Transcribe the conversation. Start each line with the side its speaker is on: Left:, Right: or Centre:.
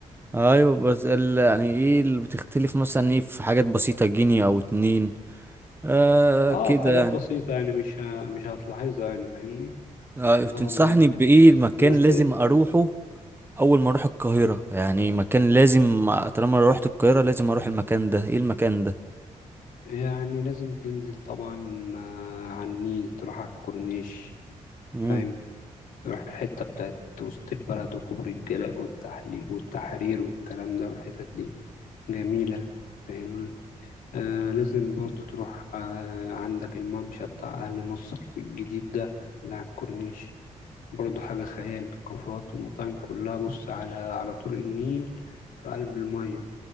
Right: ايوه بس ال... يعني ايه اللي بتختلف مثلا ايه في حاجات بسيطة جنيه او اتنين آه
Left: اه
Right: كده
Left: في حاجات
Right: يعني
Left: بسيطة يعني مش ه... مش هتلاحظها يعني فاهمني
Right: ايوه
Left: مش هتاخد
Right: تنصحني
Left: بالك منها
Right: بايه المكان
Left: بس
Right: لازم اروحه اول ما اروح القاهره يعني مكان لازم طالما روحت القاهره لازم اروح المكان ده ايه المكان ده
Left: يعني لازم تنزل طبعا آه، على النيل تروح على الكورنيش
Right: امم
Left: فاهم تروح الحتة بتاعت وسط البلد وكوبري الجلاء والتحليق والتحرير والكلام ده والحتت دي جميلة فاهمني آه لازم برضو تروح آه عندك الممشى بتاع أهل مصر الجديد ده اللي على الكورنيش برضو حاجة خيال كافيهات ومطاعم كلها بص على على طول النيل في قلب المية